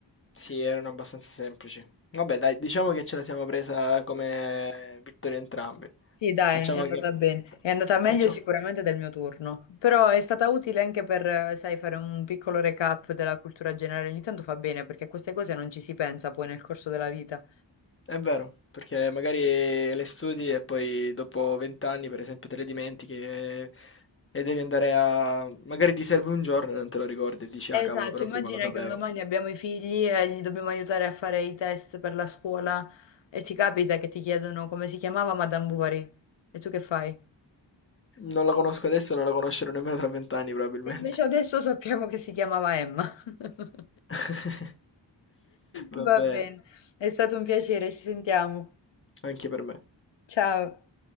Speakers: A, on the left (about 30°); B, on the left (about 75°).
A: Sì, erano abbastanza semplici. Vabbè, dai, diciamo che ce la siamo presa come vittoria entrambi.
B: Sì, dai,
A: Facciamo
B: è andata
A: che...
B: bene.
A: fa-
B: È andata meglio
A: Facciamo...
B: sicuramente del mio turno, però è stata utile anche per, eh, sai, fare un piccolo recap della cultura generale. Ogni tanto fa bene perché a queste cose non ci si pensa poi nel corso della vita.
A: È vero, perché magari le studi e poi dopo 20 anni, per esempio, te le dimentichi e, e devi andare a... Magari ti serve un giorno e non te lo ricordi e dici, ah
B: Esatto,
A: cavolo, però
B: immagina
A: prima lo sapevo.
B: che un domani abbiamo i figli e gli dobbiamo aiutare a fare i test per la scuola e ti capita che ti chiedono come si chiamava Madame Bovary e tu che fai?
A: Non la conosco adesso e non la conoscerò nemmeno tra 20 anni probabilmente.
B: E invece adesso sappiamo che si chiamava Emma. <laughs>
A: <laughs>
B: Va
A: Va bene,
B: bene, è stato un piacere, ci sentiamo.
A: anche per me.
B: Ciao.